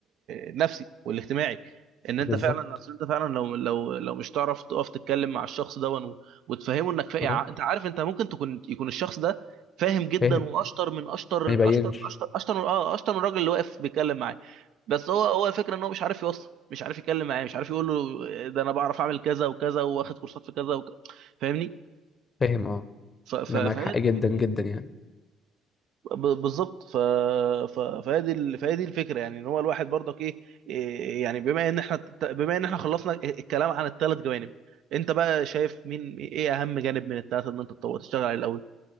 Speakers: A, on the right (about 65°); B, on the left (about 35°).
A: النفسي والاجتماعي ان
B: بالظبط
A: انت فعلا اصل انت فعلا لو لو لو مش تعرف تقف تتكلم مع الشخص ده ون- وتفهمه انك فا... يعني
B: اه
A: انت عارف انت ممكن تكون يكون الشخص ده فاهم جدا
B: فاهم
A: واشطر من اشطر
B: ما يبينش
A: اشطر من اشطر اشطر من اه اشطر من الراجل اللي واقف بيتكلم معاه بس هو هو الفكره ان هو مش عارف يوصل مش عارف يتكلم معاه مش عارف يقول له آه، ده انا بعرف اعمل كذا وكذا واخد كورسات في كذا وكذا فاهمني
B: فاهم اه
A: ف- ف-
B: أنا
A: فهي
B: معاك حق
A: دي
B: جدا
A: الفكره
B: جدا
A: يعني.
B: يعني
A: ب- بالظبط ف... ف... فهي دي ال- فهي دي الفكره يعني ان هو الواحد برضك ايه إيه يعني بما ان احنا بما ان احنا خلصنا الكلام عن الثلاث جوانب انت بقى شايف مين ايه اهم جانب من الثلاثه ان انت تطور تشتغل عليه الاول